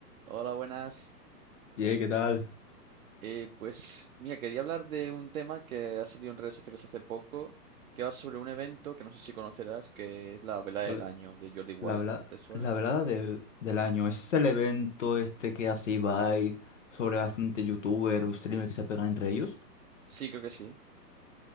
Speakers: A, on the right; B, on the left.
A: Hola, buenas.
B: Ye, ¿qué tal?
A: Eh, pues mira, quería hablar de un tema que ha salido en redes sociales hace poco, que va sobre un evento que no sé si conocerás, que es la Vela del
B: Ole,
A: Año de Jordi Wild.
B: La verdad,
A: ¿Te suena?
B: la verdad de del año, es el evento este que hace Ibai sobre bastante youtuber o streamer que se pegan entre ellos.
A: Sí, creo que sí.